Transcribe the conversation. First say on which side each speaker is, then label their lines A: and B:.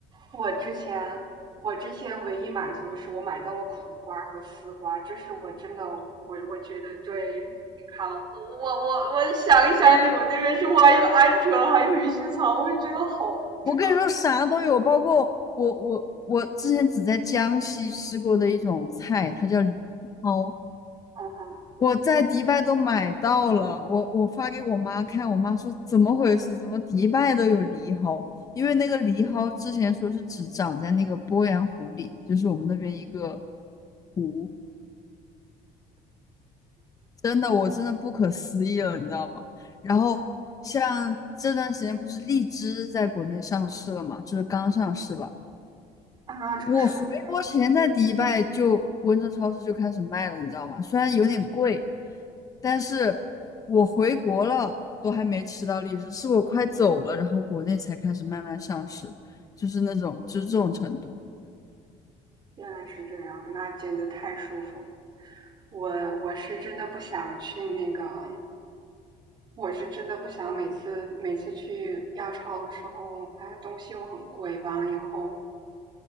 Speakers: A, on the right (about 35°); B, on the left (about 25°).
A: 我之前我之前唯一满足的是我买到了苦瓜和丝瓜，这是我真的我我觉得对健康，我我我我想一想你们那边是不还有鹌鹑，
B: 天，
A: 还有鱼腥草，我就觉得好真好。
B: 我跟你说，啥都有，包括我我我之前只在江西吃过的一种菜，它叫藜蒿，
A: 嗯哼，
B: 我在迪拜都买到了，我我发给我妈看，我妈说怎么回事？怎么迪拜都有藜蒿？因为那个藜蒿之前说是只长在那个鄱阳湖里，就是我们那边一个湖，真的我真的不可思议了，你知道吗？然后像这段时间不是荔枝在国内上市了嘛，就是刚上市吧。
A: 啊，这么爽啊！
B: 我回国前在迪拜就温州超市就开始卖了，你知道吗？虽然有点贵，但是我回国了都还没吃到荔枝，是我快走了，然后国内才开始慢慢上市，就是那种就是这种程度。
A: 原来是这样，那简直太舒服了。我我是真的不想去那个我是真的不想每次每次去亚超的时候，哎，东西又很贵，完了以后，